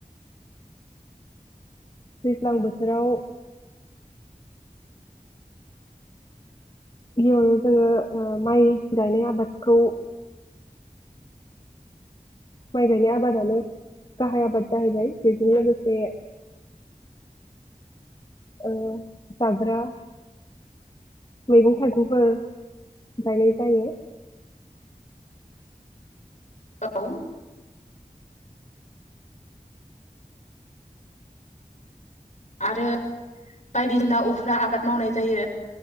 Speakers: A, on the left (about 35°); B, on the left (about 55°).
A: दैज्लां बोथोराव। इयाव जोङो ओ माइ गायनाय आबादखौ माइ गायनाय आबादानो गाहाय आबाद जाहैबाय बेजों लोगोसे ओ जाग्रा मैगं थाइगंफोर गायनाय जायो।
B: औ। आरो बायदिसिना उफ्रा आबाद मावनाय जायो